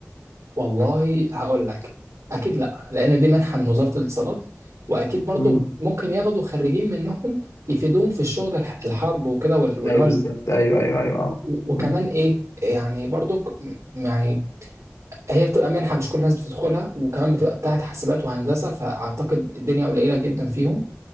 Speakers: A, on the right (about 75°); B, on the left (about 85°).
A: والله هقول لك اكيد لا لان دي منحه من وزاره الاتصالات واكيد برضو
B: مم.
A: ممكن ياخدوا خريجين منهم يفيدوهم في الشغل الح- الحرب وكده وال- واللي
B: ايوه
A: هو
B: بالظبط ايوه ايوه ايوه اه
A: و- وكمان
B: مم.
A: ايه يعني برضك م- يعني هي بتبقى منحة مش كل الناس بتدخلها وكمان بتبقى بتاعت حاسبات وهندسة فأعتقد الدنيا قليلة جدا فيهم